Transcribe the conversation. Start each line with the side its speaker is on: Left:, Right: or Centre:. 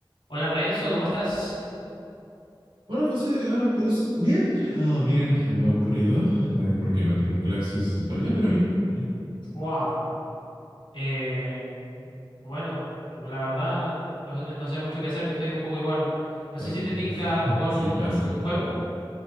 Left: Hola Renzo, ¿cómo estás?
Right: Hola José, ah, pues bien, ah, bien, algo aburrido eh, porque no he tenido clases en todo el día, pero bien, bien.
Left: Buah, Eh, bueno, la verdad, no, no sé mucho qué hacer, yo estoy un poco igual. No
Right: Ah,
Left: sé si te tinca
Right: <laughs>
Left: jugar
Right: sí
Left: un,
Right: pasa.
Left: un juego